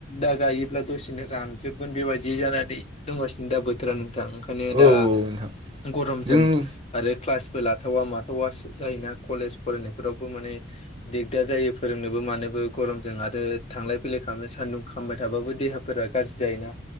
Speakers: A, on the left; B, on the right.
A: दा गायोब्ला दसेनो रानजोबगोन बेबायदि जाना दंगासिनो दा बोथोरा नोंथां ओंखायनो
B: औ
A: दा
B: औ नोंथां
A: गरमजों
B: जोंनि
A: आरो क्लास लाथावा माथावा जायोना कलेज फरायनायफोरावबो माने दिगदार जायो फोरोंनोबो मानो गरमजों आरो थांलाय फैलाय खालामनो सान्दुं खामबाय थाबाबो देहाफोरा गाज्रि जायोना।